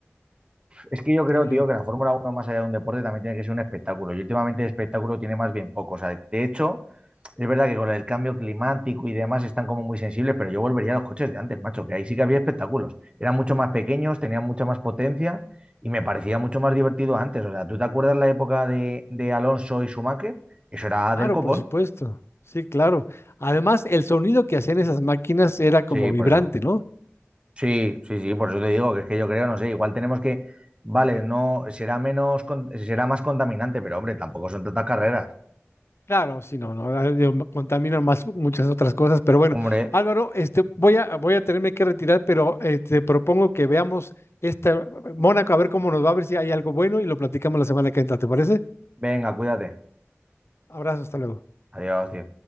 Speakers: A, on the right; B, on the left.
A: Es que yo
B: Creo
A: creo,
B: yo.
A: tío, que la Fórmula Uno más allá de un deporte, también tiene que ser un espectáculo. Y últimamente el espectáculo tiene más bien poco. O sea, de hecho... Es verdad que con el cambio climático y demás están como muy sensibles, pero yo volvería a los coches de antes, macho, que ahí sí que había espectáculos. Eran mucho más pequeños, tenían mucha más potencia y me parecía mucho más divertido antes. O sea, ¿tú te acuerdas la época de, de Alonso y Schumacher? Eso era
B: Claro,
A: del copón.
B: por supuesto. Sí, claro. Además, el sonido que hacían esas máquinas era como
A: Sí,
B: vibrante,
A: por eso.
B: ¿no?
A: Sí, sí, sí, por eso te digo que es que yo creo, no sé, igual tenemos que, vale, no, será menos, con- será más contaminante, pero hombre, tampoco son tantas carreras.
B: Claro, sí, no, no, ah, digo, ma- contaminan más muchas otras cosas, pero bueno,
A: Hombre,
B: Álvaro, este, voy a, voy a tenerme que retirar, pero eh, te propongo que veamos esta Mónaco, a ver cómo nos va, a ver si hay algo bueno y lo platicamos la semana que entra, ¿te parece?
A: venga, cuídate.
B: Abrazo, hasta luego.
A: Adiós, tío.